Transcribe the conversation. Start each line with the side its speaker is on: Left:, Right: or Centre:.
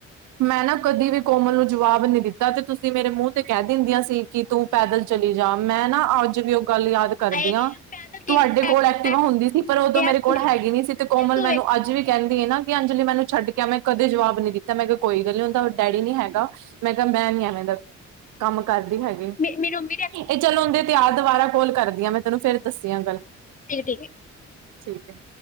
Right: ਮੈਂ ਨਾ ਕਦੀ ਵੀ ਕੋਮਲ ਨੂੰ ਜਵਾਬ ਨ ਦਿੱਤਾ ਤੇ ਤੁਸੀਂ ਮੇਰੇ ਮੂੰਹ ਤੇ ਕਹਿ ਦਿੰਦੀਆਂ ਸੀ ਕਿ ਤੂੰ ਪੈਦਲ ਚਲੀ ਜਾ ਮੈਂ ਨਾ ਅੱਜ ਵੀ ਉਹ ਗੱਲ ਯਾਦ ਕਰਦੀਆਂਾਂ
Left: ਹਾਏ ਪੈਦਲ ਕੀ
Right: ਤੁਹਾਡੇ ਕੋਲ
Left: ਐ
Right: ਐਕਟੀਵਾ
Left: ਐ
Right: ਹੁੰਦੀ ਸੀ ਪਰ ਉਦੋਂ
Left: ਯਾਰ
Right: ਮੇਰੇ ਕੋਲ ਹੈਗੀ ਨੀ ਸੀ ਤੇ ਕੋਮਲ
Left: ਯਾਰ ਤੂੰ
Right: ਮੈਨੂੰ
Left: ਵੇਖ
Right: ਅੱਜ ਵੀ ਕਹਿੰਦੀ ਹੈ ਨਾ ਕਿ ਅੰਜਲੀ ਮੈਨੂੰ ਛੱਡ ਕੇ ਮੈਂ ਕਦੇ ਜਵਾਬ ਨੀ ਦਿੱਤਾ ਮੈਂ ਕਿਹਾ ਕੋਈ ਗੱਲ ਨੀ ਹੁੰਦਾ ਡੈਡੀ ਨੀ ਹੈਗਾ ਮੈਂ ਕਿਹਾ ਮੈਂ ਨ ਐਵੇ ਦਾ ਕੰਮ ਕਰਦੀ ਹੈਗੀ
Left: ਨਿਰੰਮੀ
Right: ਇਹ ਚਲ ਓਂਦੇ ਤੇ ਆਹ ਦੁਬਾਰਾ ਕੋਲ ਕਰਦੀ ਹਾਂ ਮੈਂ ਤੈਨੂੰ ਫੇਰ ਦੱਸ ਆ ਗੱਲ
Left: ਠੀ ਠੀਕ
Right: ਠੀਕ ਹੈ